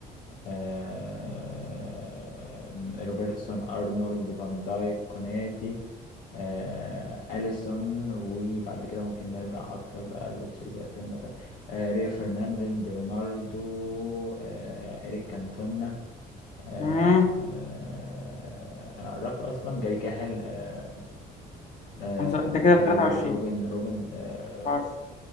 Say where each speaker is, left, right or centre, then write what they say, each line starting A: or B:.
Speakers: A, on the left; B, on the left.
A: آه، روبرتسون ارنولد فان دايك كوناتي آه، اليسون وبعد كده ممكن نرجع اكتر بقى لتشيلسي 2000 مثلا آه، ريو فرناندين دي رونالدو آه، اريك كانتونا آه،
B: امم
A: آه، انا قربت اصلا جاري كاهل آه، آه،
B: خمسه انت كده
A: آه،
B: 23
A: روبن روبن آه، رو-
B: 24